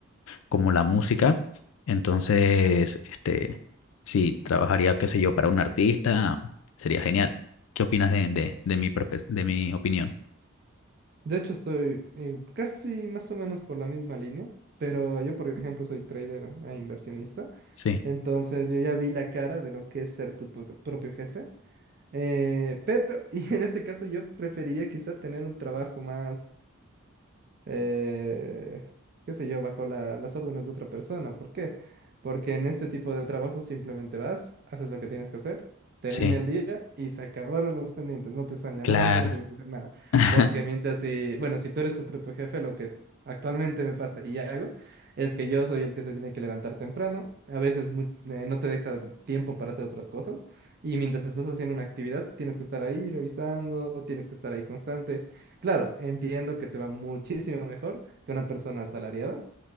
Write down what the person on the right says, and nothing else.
De hecho, estoy eh, casi más o menos por la misma línea, pero yo, por ejemplo, soy trader e inversionista,
entonces yo ya vi la cara de lo que es ser tu pro- propio jefe, eh, pero, <laughs> y en este caso yo preferiría quizá tener un trabajo más eh, qué sé yo, bajo la- las órdenes de otra persona. ¿Por qué? Porque en este tipo de trabajo simplemente vas, haces lo que tienes que hacer, termina
el día y se acabaron los pendientes. No te están llamando,
no tienes que hacer nada.
Porque mientras si, bueno, si tú eres tu propio jefe, lo que actualmente me pasa y hago es que yo soy el que se tiene que levantar temprano. A veces mu- eh, no te deja tiempo para hacer otras cosas. Y mientras estás haciendo una actividad, tienes que estar ahí revisando, tienes que estar ahí constante. Claro, entiendo que te va muchísimo mejor que una persona asalariada,